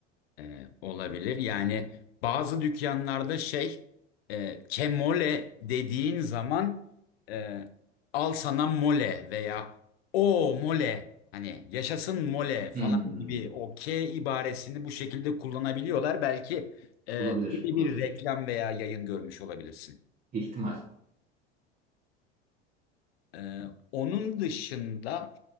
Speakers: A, on the left; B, on the right.
A: E, olabilir. Yani bazı dükkanlarda şey e, kemole dediğin zaman e, al sana mole veya o mole hani yaşasın mole falan
B: Hmm.
A: gibi o K ibaresini bu şekilde kullanabiliyorlar. Belki e,
B: Olabilir,
A: öyle
B: olabilir.
A: bir reklam veya yayın görmüş olabilirsin.
B: İhtimal.
A: E, onun dışında